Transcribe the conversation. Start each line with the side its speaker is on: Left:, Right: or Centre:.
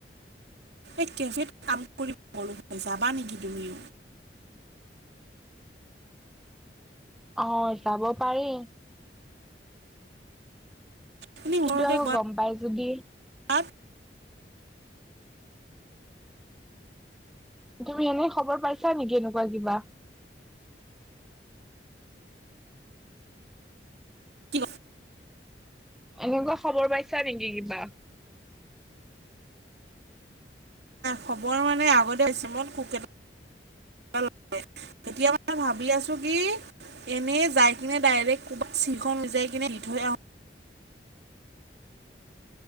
Right: এই কেফেত কাম কৰিব কৰো যাবা নেকি তুমি?
Centre: অঁ যাব পাৰি।
Right: খিনি
Centre: কিন্তু
Right: ঘৰতে
Centre: আৰু গম পাই যদি
Right: কৰাত
Centre: তুমি এনে খবৰ পাইছা নেকি এনেকুৱা কিবা
Right: কি
Centre: এনেকুৱা খবৰ পাইছা নেকি কিবা?
Right: খবৰ মানে আগতে <inaudible> লাগে এতিয়া মানে ভাবি আছো কি এনেই যাই কিনে ডাইৰেক্ট চিংখ সিজাই কিনে দি থৈ আহো